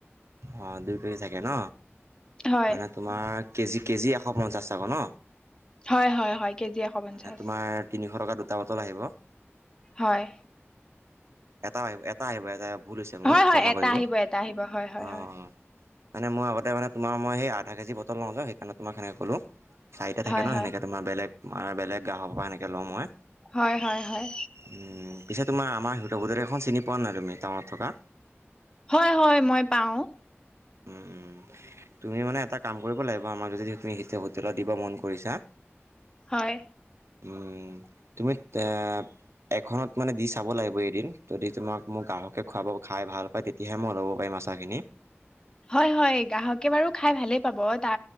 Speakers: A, on the right; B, on the left.
A: অহ, দুই কেজি থাকে ন?
B: হয়,
A: মানে তোমাৰ কেজি-কেজি এশ পঞ্চাছ টকা ন?
B: হয়, হয়, হয়। কেজি এশ পঞ্চাশ।
A: মানে তোমাৰ তিনিশ টকাত দুটা বটল আহিব?
B: হয়।
A: এটা আহিব, এটা আহিব এটা, ভুল হৈছে মোৰ
B: হয়, হয়,
A: ক্ষমা
B: এটা
A: কৰিব
B: আহিব,
A: অহ',
B: এটা আহিব, হয়, হয়,
A: উম'।
B: হয়,
A: মানে মই আগতে মানে তোমাৰ মই সেই আধা কেজি বটল লওঁ ন'। সেই কাৰণে তোমাক সেনেকে ক'লো চাৰিটা থাকে ন? চাৰিটা
B: হয়,
A: থাকে ন'
B: হয়,
A: সেনেকা। তোমাৰ বেলেগ, আমাৰ বেলেগ গ্ৰাহকৰ পৰা সেনেকে লওঁ মই।
B: হয়, হয়, হয়।
A: উম', উম' পিছে তোমাৰ আমাৰ হোটেল এখন চিনি পোৱানে নাই তুমি টাউনত থকা?
B: হয়, হয় মই পাওঁ। <inaudible>
A: উম তুমি মানে এটা কাম কৰিব লাগিব আমাক যদি তুমি হোটেলত দিব মন কৰিছা।
B: হয়।
A: উম। তুমি তে এখনত মানে দি চাব লাগিব এদিন, যদি তোমাক মোক গ্ৰাহকে খুৱাব খায় ভাল পায়, তেতিয়াহে মই ল'ব পাৰিম আচাৰখিনি।
B: হয়, হয়। গ্ৰাহকে বাৰু খায় ভালেই পাব তা